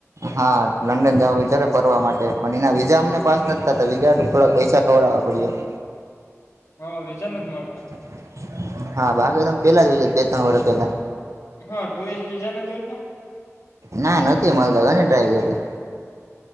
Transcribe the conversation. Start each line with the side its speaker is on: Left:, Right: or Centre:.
Right: હા લંડન જાવાનો વિચાર હે. ફરવા માટે, પણ એના વિઝા અમને પાસ નથી થાતા, વિઝા માટે થોડાક પૈસા ખવડાવવા પડ્યા.
Left: હા વિઝા નથ મળતા.
Right: <inaudible> હા બાકી એદમ પેલા જ બે ત્રણ વર્ષ પેલા
Left: હા ટુરિસ્ટ વિઝા નથી મળતા
Right: ના નથી અ મળતા ઘણી ટ્રાય કરી